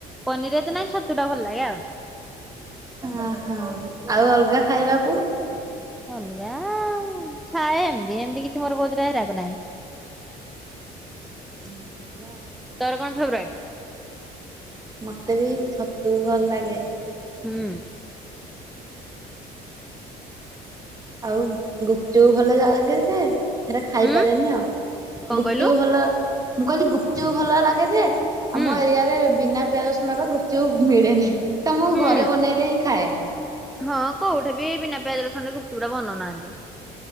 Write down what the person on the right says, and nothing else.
ଓହୋଃ। ଆଉ ଅଲଗା ଖାଇବାକୁ?
ହୁଁ ଭଲ ଆଉ।
ମତେ ବି ଛତୁ ଭଲ ଲାଗେ।
ଆଉ ଗୁପଚୁପ ଭଲ ଲାଗେ ଯେ ସେଟା ଖାଇପାରେନି
ଆଉ।
ଗୁପଚୁପ
ଭଲ ମୁଁ କହିଲି ଗୁପଚୁପ ଭଲ ଲାଗେ ଯେ
ଆମ ଏରିଆରେ ବିନା ପିଆଜ ରସୁଣ ର ଗୁପଚୁପ ମିଳେନି, ତ ମୁଁ
ଘରେ ବନେଇଲେ ହିଁ ଖାଏ।